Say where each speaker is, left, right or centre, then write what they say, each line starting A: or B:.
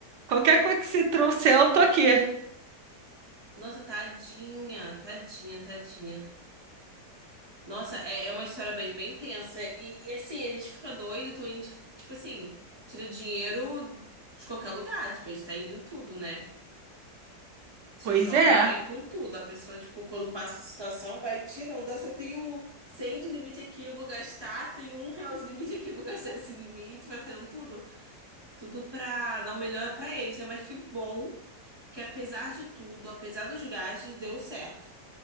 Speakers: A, on the right; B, on the right.
A: qualquer coisa que você trouxer, eu tô aqui.
B: Nossa, tadinha, tadinha, tadinha. Nossa, é, é uma história bem, bem tensa. E, e assim, a gente fica doido, então a gente, tipo assim, tira dinheiro de qualquer lugar, tipo, a gente tá indo em tudo, né? Se
A: Pois
B: joga
A: é,
B: e vai com tudo. A pessoa, tipo, quando passa a situação, vai tirando. Ah, Se eu tenho 100 de limite aqui, eu vou gastar. Se eu tenho um real de limite aqui, eu vou gastar esse limite. Vai fazendo tudo. Tudo pra dar o melhor pra eles, né? Mas que bom que, apesar de tudo, apesar dos gastos, deu certo.